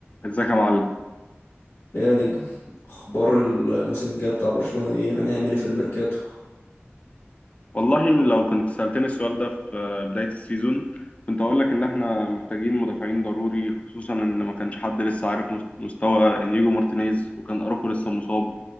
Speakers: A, on the left; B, on the left.
A: ازيك يا معلم
B: ايه يا نجم اخبار الموسم الجاي بتاع برشلونة ايه هنعمل ايه في الميركاتو
A: والله لو كنت سألتني السؤال ده في بداية السيزون كنت هقول لك ان احنا محتاجين مدافعين ضروري خصوصا ان ما كانش حد لسه عارف مس- مستوى انيجو مارتينيز وكان اروخو لسه مصاب